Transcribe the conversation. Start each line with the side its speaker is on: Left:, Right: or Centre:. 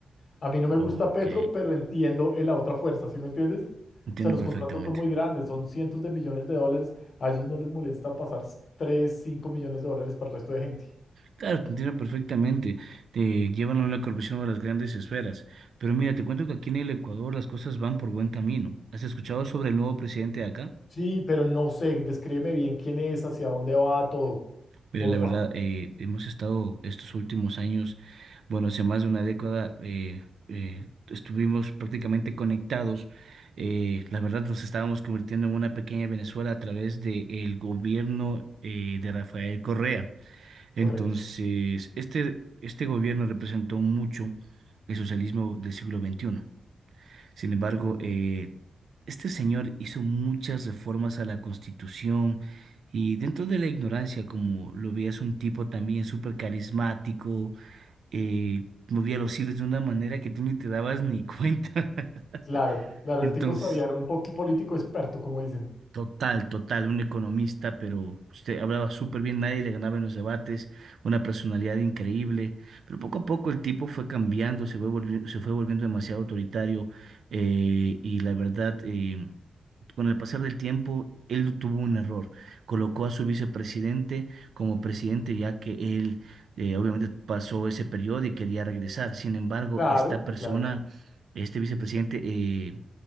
Left: A mí no me gusta
Right: Ok,
Left: Petro, pero entiendo eh, la otra fuerza, ¿sí me entiendes?
Right: entiendo
Left: O sea, los
Right: perfectamente.
Left: contratos son muy grandes, son cientos de millones de dólares. A ellos no les molesta pasar 3, 5 millones de dólares para el resto de gente.
Right: Claro, te entiendo perfectamente. Te llevan a una corrupción a las grandes esferas. Pero mira, te cuento que aquí en el Ecuador las cosas van por buen camino. ¿Has escuchado sobre el nuevo presidente de acá?
Left: Sí, pero no sé, descríbeme bien quién es, hacia dónde va todo.
Right: Mira,
Left: Porfa.
Right: la verdad, eh, hemos estado estos últimos años, bueno, hace más de una década, eh, eh, estuvimos prácticamente conectados. Eh, la verdad, nos estábamos convirtiendo en una pequeña Venezuela a través del gobierno eh, de Rafael Correa. Entonces,
Left: Correcto.
Right: este, este gobierno representó mucho el socialismo del siglo XXI. Sin embargo,
Left: Ok.
Right: eh, este señor hizo muchas reformas a la Constitución y dentro de la ignorancia, como lo veías, un tipo también súper carismático, eh, movía los hilos de una manera que tú ni te dabas ni cuenta. <laughs>
Left: Claro, claro,
Right: Entonces...
Left: el tipo sabía, era un po- político experto, como dicen.
Right: Total, total, un economista, pero usted hablaba súper bien, nadie le ganaba en los debates, una personalidad increíble, pero poco a poco el tipo fue cambiando, se fue volviendo, se fue volviendo demasiado autoritario eh, y la verdad... eh, con el pasar del tiempo, él no tuvo un error. Colocó a su vicepresidente como presidente, ya que él eh, obviamente pasó ese periodo y quería regresar. Sin embargo,
Left: Claro,
Right: esta persona,
Left: claro.
Right: este vicepresidente eh,